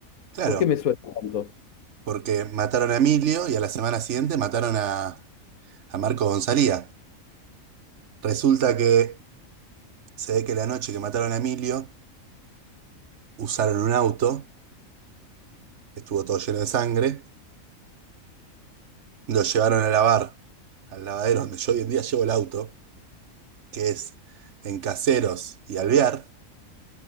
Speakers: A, on the right; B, on the left.
A: Claro,
B: ¿Por qué me suena tanto?
A: porque mataron a Emilio y a la semana siguiente mataron a, a Marcos Gonzalía. Resulta que se ve que la noche que mataron a Emilio usaron un auto, que estuvo todo lleno de sangre, lo llevaron a lavar al lavadero donde yo hoy en día llevo el auto, que es en Caseros y Alvear,